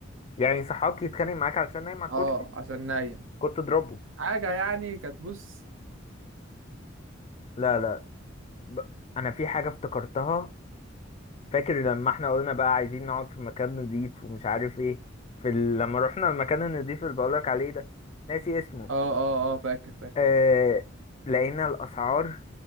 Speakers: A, on the left; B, on the right.
A: يعني صحابك يتخانق معاك علشان نايم على الكرسي
B: اه عشان نايم
A: كنت اضربه
B: حاجة يعني كانت بص
A: لا لا ب... انا في حاجه افتكرتها فاكر لما احنا قلنا بقى عايزين نقعد في مكان نضيف ومش عارف ايه في ال... لما رحنا المكان النضيف اللي بقولك عليه ده ناسي اسمه
B: اه اه اه فاكر فاكر
A: آه... لقينا الاسعار